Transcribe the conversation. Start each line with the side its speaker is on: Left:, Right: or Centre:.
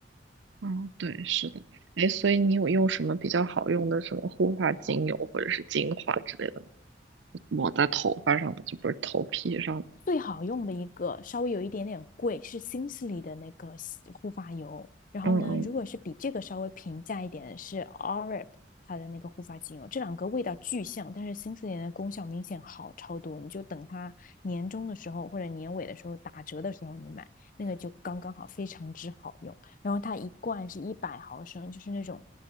Right: 嗯，对，是的。哎，所以你有用什么比较好用的什么护发精油或者是精华之类的抹在头发上的，就不是头皮上的
Left: 最好用的一个，稍微有一点点贵，是新势力的那个护发油。然后呢，
Right: 嗯嗯
Left: 如果是比这个稍微平价一点的是 Oreb 它的那个护发精油，这两个味道巨像，但是新势力的功效明显好超多。你就等它年终的时候或者年尾的时候打折的时候你买，那个就刚刚好，非常之好用。然后它一罐是一百毫升，就是那种